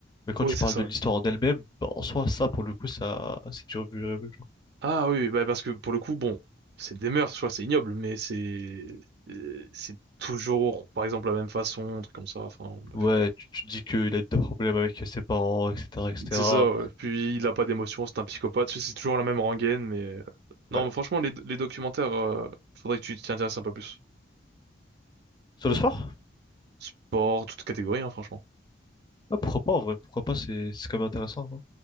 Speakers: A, on the left (about 25°); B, on the right (about 60°).
A: Mais quand
B: Oui,
A: tu
B: c'est
A: parles
B: ça,
A: de
B: ouais.
A: l'histoire en elle-même, bah, en soi, ça, pour le coup, ça, c'est déjà vu, euh, genre.
B: Ah oui, bah parce que pour le coup, bon, c'est des mœurs, tu vois, c'est ignoble, mais c'est euh, c'est toujours, par exemple, la même façon, un truc comme ça, enfin, bref.
A: Ouais, tu, tu te dis qu'il a eu des problèmes avec ses parents, etc., etc.
B: C'est ça, ouais. Puis il a pas d'émotion, c'est un psychopathe, c'est toujours la même rengaine, mais... euh, Non,
A: Ouais.
B: mais franchement, les, les documentaires, euh, faudrait que tu t'y intéresses un peu plus.
A: Sur le sport?
B: Sport, toute catégorie, hein, franchement.
A: Ah, pourquoi pas, en vrai, pourquoi pas, c'est c'est quand même intéressant. hein.